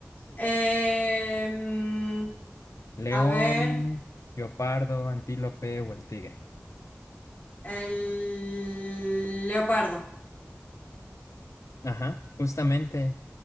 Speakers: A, on the left; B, on the left.
A: Em,
B: león,
A: a ver,
B: guepardo, antílope o el tigre.
A: el leopardo.
B: Ajá, justamente.